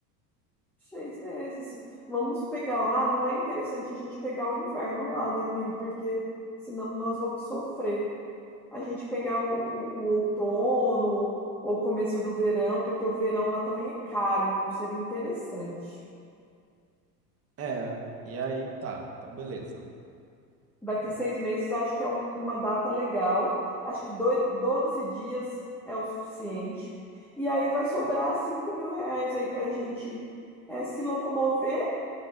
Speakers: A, in the centre; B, on the right (about 30°).
A: Seis meses. Vamos pegar lá, não é interessante a gente pegar o inverno lá, né, amigo? Porque senão nós vamos sofrer. A gente pegar o, o, o outono ou o começo do verão, porque o verão lá também é caro, não seria interessante.
B: É, e aí tá, então beleza.
A: Daqui
B: E-
A: seis meses, acho que é um- uma data legal. Acho que doi- 12 dias é o suficiente. E aí vai sobrar 5 mil reais aí para a gente eh, se locomover.